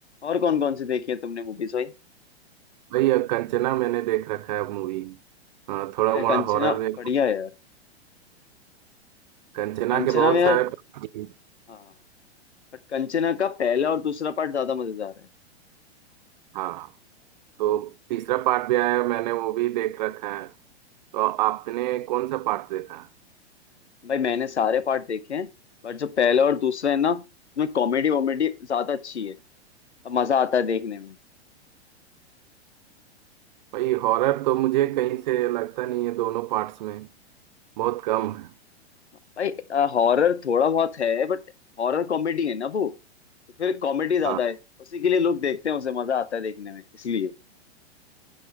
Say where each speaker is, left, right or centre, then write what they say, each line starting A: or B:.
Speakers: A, on the left; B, on the right.
A: और कौन कौन सी देखी है तुमने मूवीज भाई
B: भाई अ, कंचना मैंने देख रखा है मूवी थोड़ा
A: यार
B: मोड़ा
A: कंचना
B: हॉरर है
A: बढ़िया है यार
B: कंचना
A: कंचना
B: के बहुत
A: में यार
B: सारे पार्ट हैं।
A: हाँ बट कंचना का पहला और दूसरा पार्ट ज्यादा मजेदार है
B: हाँ तो तीसरा पार्ट भी आया मैंने वो भी देख रखा है तो आपने कौन सा पार्ट देखा
A: भाई मैंने सारे पार्ट देखे हैं बट जो पहला और दूसरा है ना उसमें कॉमेडी वॉमेडी ज्यादा अच्छी है और मजा आता है देखने में
B: भाई हॉरर तो मुझे कहीं से लगता नहीं है दोनों पार्ट्स में बहुत कम है
A: भाई हॉरर थोड़ा बहुत है बट हॉरर कॉमेडी है ना वो तो फिर कॉमेडी ज्यादा
B: हाँ
A: है उसी के लिए लोग देखते हैं उसे मजा आता है देखने में इसलिए